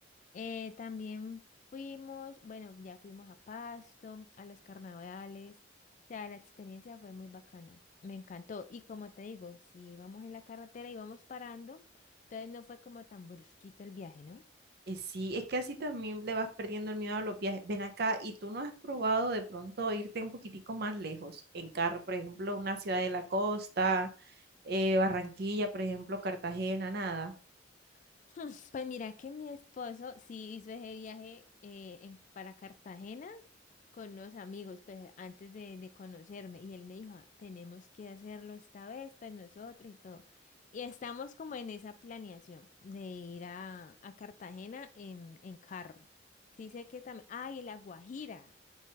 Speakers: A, on the left; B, on the right.
A: Eh, también fuimos, bueno, ya fuimos a Pasto, a los carnavales, o sea, la experiencia fue muy bacana, me encantó. Y como te digo, si vamos en la carretera y vamos parando, entonces no fue como tan brusquito el viaje, ¿no?
B: Eh, Sí, es que así también le vas perdiendo el miedo a los viajes. Ven acá, ¿y tú no has probado de pronto irte un poquitico más lejos en carro? Por ejemplo, una ciudad de la costa, eh, Barranquilla, por ejemplo, Cartagena, nada.
A: <laughs> Pues mira que mi esposo sí hizo ese viaje eh, en- para Cartagena con unos amigos, pues antes de, de conocerme. Y él me dijo, "Ah, tenemos que hacerlo esta vez, pues nosotros y todo. Y estamos como en esa planeación de ir a, a Cartagena en, en carro. Sí sé que también, ay, y La Guajira,